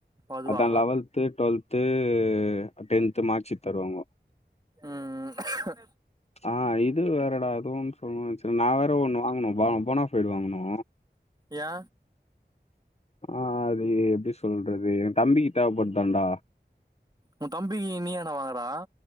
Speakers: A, on the right (about 20°); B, on the left (about 35°).
A: அதுவா
B: அதா eleventh twelfth tenth mark sheet தருவாங்க
A: ம் ம்
B: ஆ இது வேற டா அதுன்னு சொல்லணும்னு நெச்சே நா வேற ஒண்ணு வாங்கனு போனாஃபைடு வாங்கனு
A: ஏ
B: ஆ அது எப்டி சொல்றது எ தம்பி தேவ படுதாண்டா
A: உ தம்பி நீ யாண்டா வாங்குறா